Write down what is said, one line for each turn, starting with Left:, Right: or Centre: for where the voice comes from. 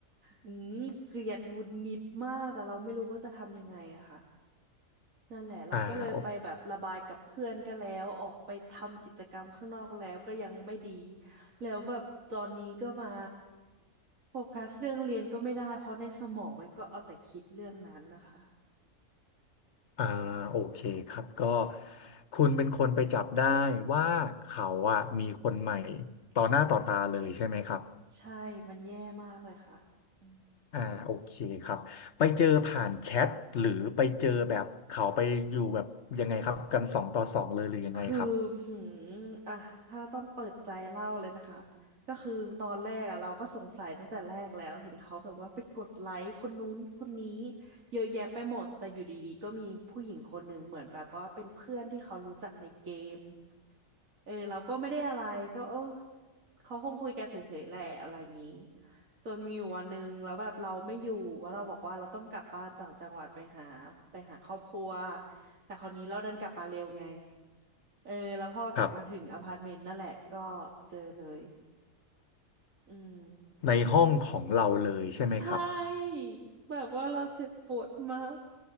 Right: อืมเกลียดหงุดหงิดมากแต่เราไม่รู้ว่าจะทำยังไงอะค่ะ นั่นแหละเราก็เลยไปแบบระบายกับเพื่อนก็แล้วออกไปทำกิจกรรมข้างนอกแล้วก็ยังไม่ดี
Left: อ่าโอ
Right: แล้วแบบตอนนี้ก็มาโฟกัสเรื่องเรียนก็ไม่ได้เพราะในสมองมันก็เอาแต่คิดเรื่องนั้นนะคะ
Left: อ่าโอเคครับก็คุณเป็นคนไปจับได้ว่าเขาอ่ะมีคนใหม่ต่อหน้าต่อตาเลยใช่ไหมครับ
Right: ใช่ใช่มันแย่มากเลยค่ะอืม
Left: อ่าโอเคครับไปเจอผ่านแชทหรือไปเจอแบบเขาไปอยู่แบบยังไงครับกันสองต่อสองเลยหรือยังไงครับ
Right: คือหืมอ่ะถ้าต้องเปิดใจเล่าเลยนะคะก็คือตอนแรกอะเราก็สงสัยตั้งแต่แรกแล้วเห็นเขาแบบว่าไปกดไลค์คนนู้นคนนี้เยอะแยะไปหมดแต่อยู่ดีๆก็มีผู้หญิงคนหนึ่งเหมือนแบบว่าเป็นเพื่อนที่เขารู้จักในเกมเออเราก็ไม่ได้อะไรก็เออเขาคงคุยกันเฉยๆแหละอะไรอย่างนี้จนมีอยู่วันหนึ่งแล้วแบบเราไม่อยู่ว่าเราบอกว่าเราต้องกลับบ้านต่างจังหวัดไปหาไปหาครอบครัวแต่คราวนี้เราดันกลับมาเร็วไง เออแล้วพอกลับมาถึงอพาร์ตเมนต์นั่นแหละก็
Left: ครับ
Right: เจอเลยอืม
Left: ในห้องของเราเลยใช่ไหมครับ
Right: ใช่แบบว่าเราเจ็บปวดมาก